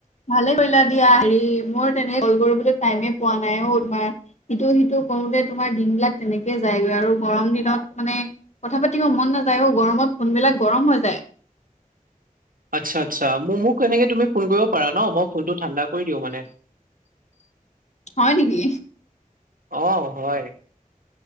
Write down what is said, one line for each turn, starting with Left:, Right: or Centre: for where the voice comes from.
Left: ভালে কৰিলা দিয়া। হেৰি মোৰ তেনেকে কল কৰিবলৈ টাইমে পোৱা নাই অ' তোমাৰ সিটো সিটো কৰোতে তোমাৰ দিনবিলাক তেনেকে যায়গৈ আৰু গৰম দিনত মানে কথা পাতিব মন নাযায় অ' গৰ ত ফোনবিলাক গৰম হৈ যায়।
Right: আচ্ছা আচ্ছা মোক মোক এনেকে তুমি ফোন কৰিব পাৰা ন মই ফোনটো ঠাণ্ডা কৰি দিওঁ মানে।
Left: হয় নেকি?
Right: আহ হয়।